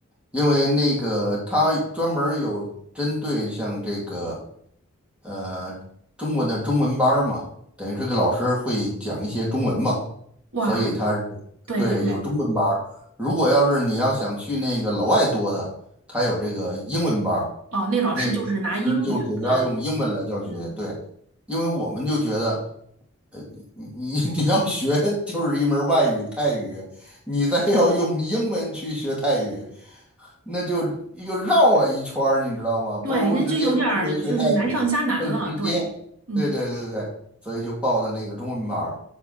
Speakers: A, in the centre; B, on the right.
A: 因为那个他专门儿有针对像这个呃中文的中文班儿嘛，等于这个老师会讲一些中文嘛，
B: 哇，
A: 所以他是对有中文班儿。
B: 对对对，
A: 如果要是你要想去那个老外多的，他有这个英文班儿，
B: 哦，那老师就是拿英语，
A: 那个其实就主要用英文来教学。
B: 呃，嗯，
A: 对，因为我们就觉得。呃你你 <laughs> 你要学就是一门儿外语泰语，你再要用英文去学泰语，那就又绕了一圈儿，你知道吗？不如直接中文学泰语更直接。
B: 对，那就有点儿就是难上加难了，对，嗯，
A: 对对对对，所以就报的那个中文班儿。